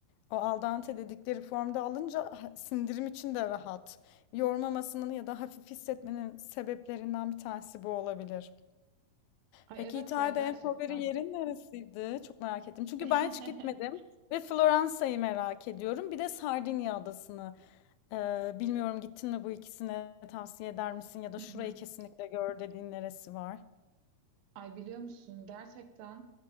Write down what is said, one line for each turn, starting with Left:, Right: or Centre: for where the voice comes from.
Left: o al dente dedikleri formda alınca ha- sindirim için de rahat. Yormamasının ya da hafif hissetmenin sebeplerinden bir tanesi bu olabilir.
Right: Ay
Left: Peki
Right: evet
Left: İtalya'da
Right: ya gerçekten.
Left: en favori yerin neresiydi? Çok merak ettim. Çünkü
Right: <laughs>
Left: ben hiç gitmedim ve Floransa'yı merak ediyorum. Bir de Sardinya adasını. Ee, bilmiyorum gittin mi bu ikisine tavsiye eder misin? Ya da
Right: Hı
Left: şurayı
Right: hı.
Left: kesinlikle gör dediğin neresi var?
Right: Ay biliyor musun gerçekten